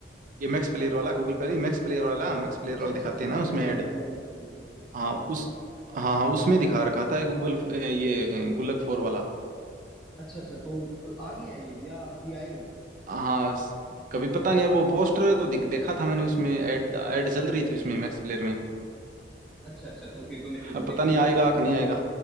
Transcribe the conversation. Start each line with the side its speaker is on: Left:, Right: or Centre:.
Right: ये मैक्स प्लेयर वाला गूगल प्ले मैक्स प्लेयर वाला मैक्स प्लेयर
Centre: अच्छा
Right: वाला
Centre: अच्छा
Right: दिखाते
Centre: अच्छा
Right: हैं ना
Centre: हाँ
Right: उसमें
Centre: समझ
Right: ऐड
Centre: गया मैं समझ गया
Right: हाँ उस हाँ हाँ उसमें दिखा रखा था गूगल ये गुल्लक फोर वाला
Centre: अच्छा अच्छा तो आ गया ये या अभी आएगा
Right: हाँ स- कभी पता नहीं यार वो पोस्टर तो दिख- देखा था मैंने उसमें ऐड ऐड चल रही थी उसमें मैक्स प्लेयर में
Centre: अच्छा अच्छा तो फिर तो मैं जरूर
Right: अब
Centre: देखूंगा
Right: पता नहीं आएगा
Centre: अगर आ गया
Right: कि नहीं आएगा